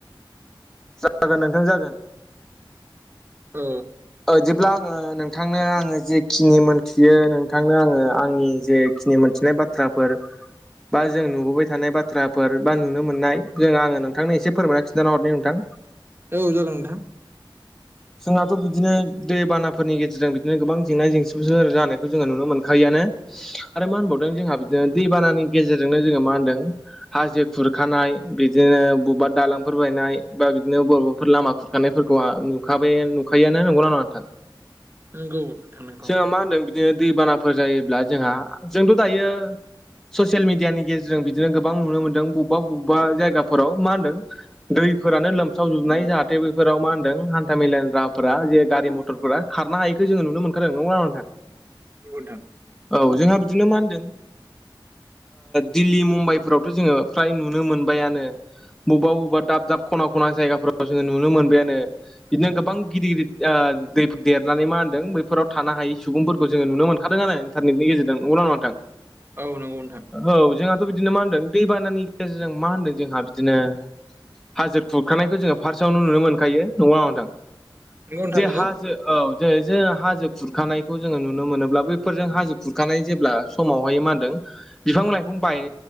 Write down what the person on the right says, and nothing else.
औ
औ जागोन नोंथां
नंगौ नोंथां नंगौ
नंगौ नोंथां
औ नंगौ नोंथां।
नंगौ नोंथां
नंगौ